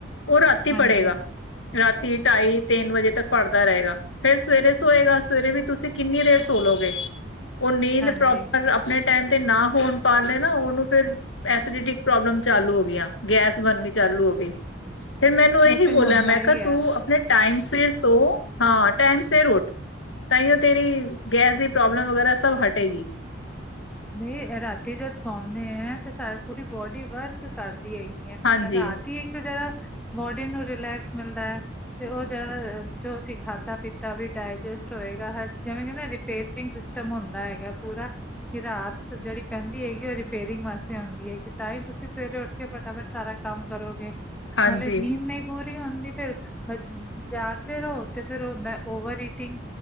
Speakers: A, on the left (about 75°); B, in the centre.
A: ਓ ਰਾਤੀ
B: ਹਾਂਜੀ,
A: ਪੜੇਗਾ। ਰਾਤੀ ਢਾਈ-ਤਿੰਨ ਵਜੇ ਤੱਕ ਪੜਦਾ ਰਏਗਾ। ਫੇਰ ਸਵੇਰੇ ਸੋਏਗਾ ਸਵੇਰੇ ਵੀ ਤੁਸੀ ਕਿੰਨੀ ਦੇਰ ਸੋਲੋਗੇ। ਓ ਨੀਂਦ
B: ਹਾਂਜੀ
A: ਪ੍ਰੋਪਰ ਆਪਨੇ ਟਾਈਮ ਤੇ ਨਾ ਹੋਨ ਪਾਏ ਨਾ ਓਨੂੰ ਫੇਰ, ਐਸੀਡਿਟੀ ਪ੍ਰੋਬਲਮ ਚਾਲੂ ਹੋ ਗੀਆਂ, ਗੈਸ ਬੰਨੀ ਚਾਲੂ ਹੋ ਗਈ ਫੇਰ ਮੈ ਏਨੂੰ ਏਹੀ
B: ਉਹ ਤੇ
A: ਬੋਲੇਆ
B: ਹੁੰਦਾ
A: ਮੈਂ
B: ਹੀ
A: ਕਾ
B: ਹੈ।
A: ਤੂੰ ਆਪਨੇ ਟਾਈਮ ਸੀਰ ਸੋ, ਹਾਂ ਟਾਈਮ ਸੇਰ ਓਠ। ਤਾਂਈਓ ਤੇਰੀ, ਗੈਸ ਦੀ ਪ੍ਰੋਬਲਮ ਵਗੈਰਾ ਸਬ ਹਟੇਗੀ।
B: ਨੀਂ ਅ ਰਾਤੀ ਜਦ ਸੌਨੇ ਆ ਤੇ ਸਾ ਪੂਰੀ ਬੋਡੀ ਵਰਕ ਕਾਰ ਦੀ ਹੈਗੀ ਏ
A: ਹਾਂਜੀ
B: ਰਾਤੀ ਇੱਕ ਜੇੜਾ, ਬੋੜੀ ਨੂੰ ਰਿਲੈਕਸ ਮਿਲਦਾ ਐ ਤੇ ਓ ਜੇੜਾ ਅ, ਜੋ ਅਸੀਂ ਖਾਦਾ ਪੀਤਾ ਵੀ ਡਾਏਜਸਟ ਹੋਏਗਾ ਹਰ ਜਵੇਂ ਕੈਂਨੇ ਰਿਪੇਯਰ ਰਿੰਗ ਸਿਸਟਮ ਹੁੰਦੈ ਹੈਗੈ ਪੂਰਾ ਕੀ ਰਾਤ ਜੇੜੀ ਪੈਂਦੀ ਹੈਗੀ ਓ ਰਿਪੇਰਿੰਗ ਵਾਸਤੇ ਹੋਂਦੀ ਹੈਗੀ, ਤਾਂ ਈ ਤੁਸੀਂ ਸਵੇਰੇ ਉੱਠ ਕੇ ਫਟਾਫਟ ਸਾਰਾ ਕਾੰਮ ਕਰੋਗੇ,
A: ਹਾਂਜੀ
B: ਨਾਲੇ ਨੀਂਦ ਨਈ ਪੂਰੀ ਹੋਂਦੀ ਵ ਫੇਰ ਜਾਗਦੇ ਰੋ ਤੇ ਫੇਰ ਹੋਂਦਾ ਓਵਰ ਈਟਿੰਗ